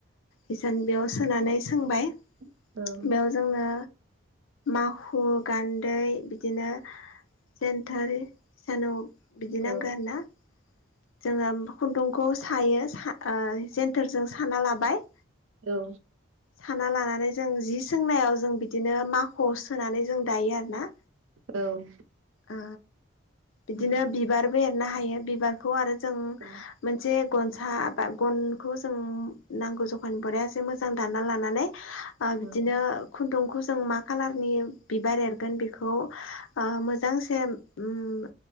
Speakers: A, on the left; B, on the right.
A: हिसान बेयाव सोनानै सोंबाय
B: उम
A: बेयाव जोंनो माखु गान दै बिदिनो जेन्थोर इसानाव बिदि
B: औ
A: नांगौ आरो ना जोङो खुन्दुंखौ सायो ओ जेेनथोरजों साना लाबाय
B: औ
A: साना लानानै जों जि सोंनायाव जों बिदिनो माख' सोनानै जों दायो आरो ना
B: औ
A: ओ बिदिनो
B: उम
A: बिबारबो एरनो हायो बिबारखौ आरो जों
B: उम
A: मोनसे गनसा बा गनखौ जों नांगौ जखानिफ्राय एसे मोजां दाना लानानै नै ओ बिदिनो
B: ओं
A: खुन्दुंखौ जों मा खालारनि बिबार एरगोन बेखौ ओ मो सेम ओम